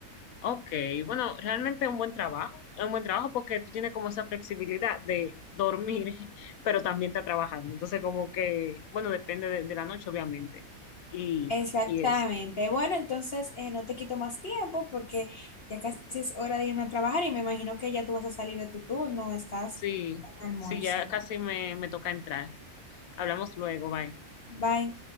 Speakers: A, on the left (about 75°); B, on the left (about 45°).
A: Ok, bueno, realmente es un buen trabajo, es un buen trabajo porque tú tienes como esa flexibilidad de dormir, <laughs> pero también estás trabajando. Entonces, como que, bueno, depende de, de la noche, obviamente. Y,
B: Exactamente.
A: y eso.
B: Bueno, entonces eh, no te quito más tiempo porque ya casi es hora de irme a trabajar y me imagino que ya tú vas a salir de tu turno, estás
A: Sí,
B: en almuerzo.
A: sí, ya casi me, me toca entrar. Hablamos luego, bye.
B: Bye.